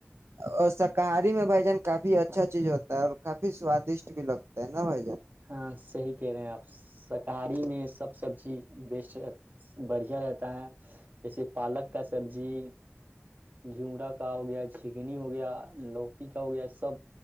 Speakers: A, on the right; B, on the right.
A: اور شاکاہاری میں بھائی جان کافی اچھا چیز ہوتا ہے اور کافی سوادشٹ بھی لگتا ہے نا بھائی جان <unintelligible>
B: ہاں صحی کہہ رہے ہیں آپ شاکاہاری میں سب سبزی بیسٹ بڑھیا رہتا ہے جیسے پالک کا سبزی گھیورا کا ہو گیا جگنی ہو گیا لوکی کا ہو گیا سب